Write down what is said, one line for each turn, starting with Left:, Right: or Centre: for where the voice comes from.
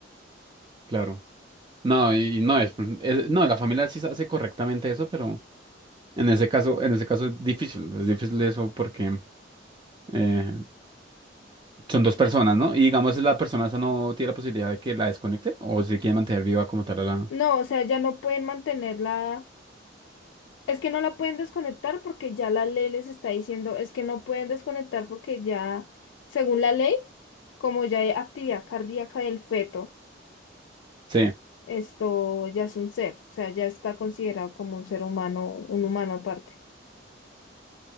Right: claro. No, y no es, es- no, la familia sí hace correctamente eso, pero en ese caso, en ese caso es difícil, es difícil eso porque... eh, Son dos personas, ¿no? Y digamos, la persona esa no tiene la posibilidad de que la desconecten o si quiere mantener viva como tal a la...
Left: No, o sea, ya no pueden mantenerla. Es que no la pueden desconectar porque ya la ley les está diciendo, es que no pueden desconectar porque ya, según la ley, como ya hay actividad cardíaca del feto,
Right: Sí.
Left: esto ya es un ser, o sea, ya está considerado como un ser humano, un humano aparte.